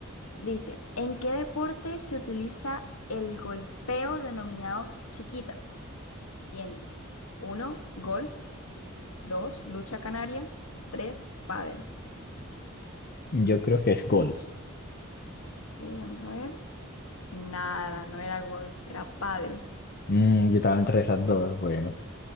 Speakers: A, on the left (about 85°); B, on the left (about 45°).
A: dice, ¿en qué deporte se utiliza el golpeo denominado chiquita? Tienes uno, golf, Dos, lucha canaria, Tres, pádel.
B: Yo creo que es golf.
A: Ok, vamos a ver. Nada, no era golf, era pádel.
B: Mm, yo estaba entre esas dos. Bueno,